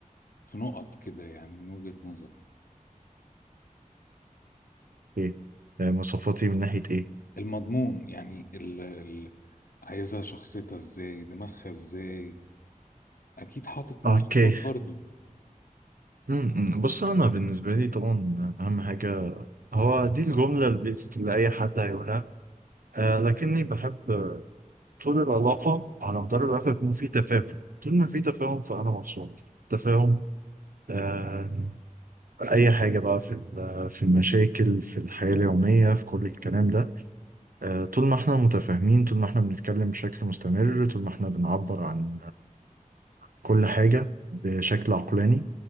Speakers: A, on the left (about 80°); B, on the right (about 80°).
A: في نقط كده يعني من وجهة نظرك
B: اوكي آه، مواصفاتي من ناحية ايه
A: المضمون يعني ال ال عايزها شخصيتها ازاي دماغها ازاي اكيد حاطط مواصفات
B: اوكي
A: برضو
B: امم بص انا بالنسبة لي طبعا اهم حاجة هو دي الجملة البيزك اللي اي حد هيقولها آه، لكني بحب طول العلاقة على مدار العلاقة يكون في تفاهم طول ما في تفاهم فأنا مبسوط تفاهم آه في أي حاجة بقى في ال- في المشاكل في الحياة اليومية في كل الكلام ده آه طول ما احنا متفاهمين طول ما احنا بنتكلم بشكل مستمر طول ما احنا بنعبر عن كل حاجة بشكل عقلاني